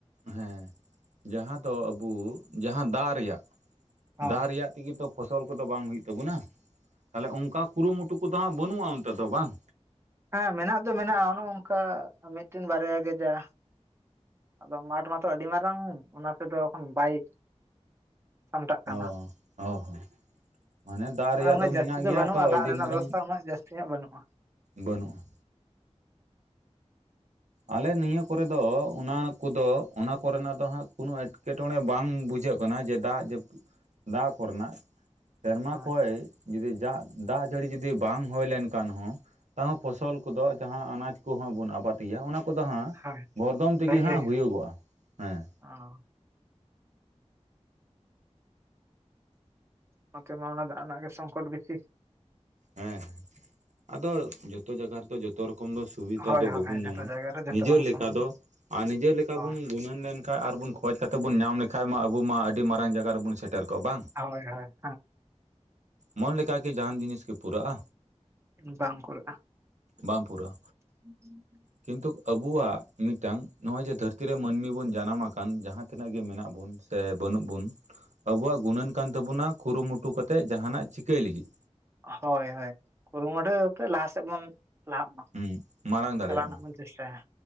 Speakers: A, on the right; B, on the right.
A: ᱦᱮᱸ ᱡᱟᱦᱟᱸ ᱫᱚ ᱟᱵᱳ ᱡᱟᱦᱟᱸ ᱫᱟᱜ ᱨᱮᱭᱟᱜ
B: ᱦᱳᱭ
A: ᱫᱟᱜ ᱨᱮᱭᱟᱜ ᱛᱮᱜᱮ ᱛᱚ ᱯᱷᱚᱥᱚᱞ ᱠᱚᱫᱚ ᱵᱟᱝ ᱦᱩᱭᱩᱜ ᱛᱟᱵᱚᱱᱟ ᱛᱟᱦᱚᱞᱮ ᱚᱱᱠᱟ ᱠᱩᱨᱩᱢᱩᱴᱩ ᱠᱚᱫᱚ ᱦᱟᱸᱜ ᱵᱟᱹᱱᱩᱜᱼᱟ ᱚᱱᱛᱮ ᱫᱚ ᱵᱟᱝ?
B: ᱦᱮᱸ ᱢᱮᱱᱟᱜ ᱫᱚ ᱢᱮᱱᱟᱜᱼᱟ ᱚᱱᱮ ᱚᱱᱠᱟ ᱢᱤᱫᱴᱤᱱ ᱵᱟᱨᱭᱟ ᱜᱮ ᱡᱟ᱾ ᱟᱫᱚ ᱢᱟᱴᱷ ᱢᱟᱛᱚ ᱟᱹᱰᱤ ᱢᱟᱨᱟᱝ ᱚᱱᱟ ᱛᱮᱫᱚ ᱚᱠᱷᱚᱱ ᱵᱟᱭ ᱥᱟᱢᱴᱟᱜ
A: <unintelligible>
B: ᱠᱟᱱᱟ
A: ᱢᱟᱱᱮ ᱫᱟᱜ ᱨᱮᱭᱟᱜ
B: ᱚᱱᱮ ᱩᱱᱟᱹᱜ
A: ᱫᱚ
B: ᱡᱟᱹᱥᱛᱤ
A: ᱢᱮᱱᱟᱜ ᱜᱮᱭᱟ
B: ᱵᱟᱹᱱᱩᱜᱼᱟ
A: ᱛᱚ
B: ᱫᱟᱜ
A: ᱟᱹᱰᱤ
B: ᱨᱮᱱᱟᱜ
A: ᱢᱟᱨᱟᱝ
B: ᱵᱮᱵᱚᱥᱛᱷᱟ ᱩᱱᱟᱹᱜ ᱡᱟᱹᱥᱛᱤ ᱧᱚᱜ ᱵᱟᱹᱱᱩᱜᱼᱟ
A: ᱵᱟᱹᱱᱩᱜᱼᱟ᱾ ᱟᱞᱮ ᱱᱤᱭᱟᱹ ᱠᱚᱨᱮ ᱫᱚ ᱚᱱᱟ ᱠᱚᱫᱚ ᱚᱱᱟ ᱠᱚᱨᱮᱱᱟᱜ ᱫᱚ ᱦᱟᱸᱜ ᱠᱳᱱᱳ ᱮᱴᱠᱮᱴ ᱮᱴᱠᱮᱴᱚᱬᱮ ᱵᱟᱝ ᱵᱩᱡᱷᱟᱹᱜ ᱠᱟᱱᱟ ᱡᱮ ᱫᱟᱜ ᱡᱟᱯᱩ ᱫᱟᱜ ᱠᱚᱨᱮᱱᱟᱜ ᱫᱟᱜ ᱠᱚᱨᱮᱱᱟᱜ ᱥᱮᱨᱢᱟ
B: ᱟᱪᱪᱷᱟ
A: ᱠᱷᱚᱡ ᱡᱩᱫᱤ ᱡᱟᱜ ᱫᱟᱜ ᱡᱟᱹᱲᱤ ᱡᱩᱫᱤ ᱵᱟᱝ ᱦᱩᱭ‌ ᱞᱮᱱ ᱠᱷᱟᱱ ᱦᱚᱸ ᱛᱟᱣ ᱯᱷᱚᱥᱚᱞ ᱠᱚᱫᱚ ᱡᱟᱦᱟᱸ ᱟᱱᱟᱡᱽ ᱠᱚᱦᱚᱸ ᱵᱚᱱ ᱟᱵᱟᱫᱤᱭᱟ ᱚᱱᱟ ᱠᱚᱫᱚ ᱦᱟᱸᱜ
B: ᱦᱳᱭ
A: ᱵᱚᱨᱫᱚᱢ ᱛᱮᱜᱮ
B: ᱵᱷᱟᱜᱤ
A: ᱦᱟᱸᱜ
B: ᱜᱮ ᱦᱩᱭᱩᱜᱼᱟ
A: ᱦᱩᱭᱩᱜᱚᱜᱼᱟ ᱦᱮᱸ᱾
B: <unintelligible> ᱱᱚᱛᱮ ᱢᱟ ᱚᱱᱟ ᱫᱟᱜ ᱨᱮᱱᱟᱜ ᱜᱮ ᱥᱚᱝᱠᱚᱴ ᱵᱮᱥᱤ᱾
A: ᱦᱮᱸ ᱟᱫᱚ ᱡᱚᱛᱚ ᱡᱟᱭᱜᱟ ᱨᱮᱫᱚ ᱡᱚᱛᱚ ᱨᱚᱠᱚᱢ ᱫᱚ ᱥᱩᱵᱤᱛᱟ
B: ᱦᱳᱭ
A: ᱫᱚ
B: ᱦᱳᱭ
A: ᱵᱟᱵᱚᱱ
B: ᱡᱚᱛᱚ
A: ᱧᱟᱢᱟ
B: ᱡᱟᱭᱜᱟ ᱨᱮ ᱡᱚᱛᱚ
A: ᱱᱤᱡᱮ
B: ᱵᱟᱝ
A: ᱞᱮᱠᱟ
B: ᱥᱚᱢᱟᱱᱟ
A: ᱫᱚ, ᱟᱨ ᱱᱤᱡᱮ ᱞᱮᱠᱟ
B: ᱦᱳᱭ
A: ᱵᱚᱱ ᱜᱩᱱᱟᱹᱱ ᱞᱮᱱᱠᱷᱟᱡ ᱟᱨ ᱵᱚᱱ ᱠᱷᱚᱡᱽ ᱠᱟᱛᱮ ᱵᱚᱱ ᱧᱟᱢ ᱞᱮᱠᱷᱟᱱ ᱢᱟ ᱟᱵᱚ ᱢᱟ ᱟᱹᱰᱤ ᱢᱟᱨᱟᱝ ᱡᱟᱭᱜᱟ ᱨᱮᱵᱚᱱ ᱥᱮᱴᱮᱨ ᱠᱚᱜᱼᱟ ᱵᱟᱝ
B: ᱦᱳᱭ ᱦᱳᱭ ᱦᱮᱸ
A: ᱢᱚᱱ ᱞᱮᱠᱟ ᱜᱮ ᱡᱟᱦᱟᱱ ᱡᱤᱱᱤᱥ ᱠᱤ ᱯᱩᱨᱟᱹᱜᱼᱟ?
B: ᱵᱟᱝ ᱠᱩᱲᱟᱹᱜᱼᱟ
A: ᱵᱟᱝ ᱯᱩᱨᱟᱹᱜ-ᱟ
B: <unintelligible>
A: ᱠᱤᱱᱛᱩ ᱟᱵᱩᱣᱟᱜ ᱢᱤᱫᱴᱟᱝ ᱱᱚᱜᱼᱚᱭ ᱡᱮ ᱫᱷᱟᱹᱨᱛᱤ ᱨᱮ ᱢᱟᱹᱱᱢᱤ ᱵᱚᱱ ᱡᱟᱱᱟᱢ ᱟᱠᱟᱱ ᱡᱟᱦᱟ ᱛᱤᱱᱟᱹᱜ ᱜᱮ ᱢᱮᱱᱟᱜ ᱵᱚᱱ ᱥᱮ ᱵᱟᱹᱱᱩᱜ ᱵᱚᱱ
B: <inaudible>
A: ᱟᱵᱩᱣᱟᱜ ᱜᱩᱱᱟᱹᱱ ᱠᱟᱱ ᱛᱟᱵᱚᱱᱟ ᱠᱩᱨᱩᱢᱩᱴᱩ ᱠᱟᱛᱮᱫ ᱡᱟᱦᱟᱱᱟᱜ ᱪᱤᱠᱟᱹᱭ ᱞᱟᱹᱜᱤᱫ
B: ᱦᱳᱭ ᱦᱳᱭ ᱠᱩᱨᱩᱢᱩᱴᱩ ᱠᱟᱛᱮᱫ ᱞᱟᱦᱟ ᱥᱮᱫ ᱵᱚᱱ ᱞᱟᱦᱟᱜ ᱢᱟ
A: ᱦᱩᱸ ᱢᱟᱲᱟᱝ ᱫᱟᱲᱮᱭᱟᱜ
B: ᱪᱟᱞᱟᱣ ᱨᱮᱱᱟᱜ
A: ᱢᱟ
B: ᱵᱚᱱ ᱪᱮᱥᱴᱟᱭᱟ